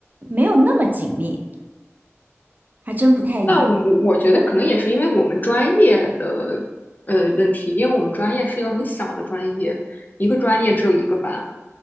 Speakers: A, on the right; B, on the left.
A: 没有那么紧密，还真不太一样。
B: 那我我觉得可能也是因为我们专业的呃问题，因为我们专业是一个很小的专业，一个专业只有一个班，